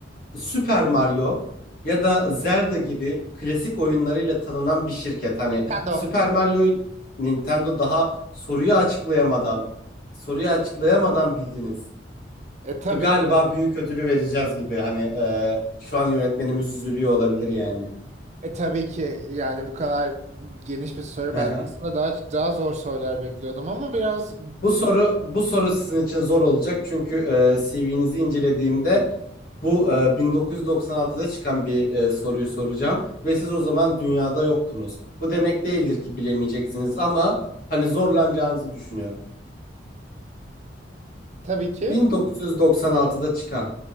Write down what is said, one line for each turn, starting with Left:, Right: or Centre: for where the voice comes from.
Left: Super Mario ya da Zelda gibi klasik oyunlarıyla tanınan bir şirket. Hani
Right: Sen de
Left: Super
Right: o.
Left: Mario Nintendo daha soruyu açıklayamadan soruyu açıklayamadan bildiniz.
Right: E, tabii
Left: Bu Galiba büyük ödülü vereceğiz gibi. Hani e, şu an yönetmenimiz üzülüyor olabilir yani.
Right: E tabii ki yani bu kadar geniş bir soru.
Left: Hı
Right: Ben
Left: hı.
Right: aslında daha daha zor sorular bekliyordum ama biraz
Left: Bu soru bu soru sizin için zor olacak çünkü e, CV'nizi incelediğimde bu e, 1996'da çıkan bir e, soruyu soracağım ve siz o zaman dünyada yoktunuz. Bu demek değildir ki bilemeyeceksiniz ama hani zorlanacağınızı düşünüyorum.
Right: tabii ki
Left: 1996'da çıkan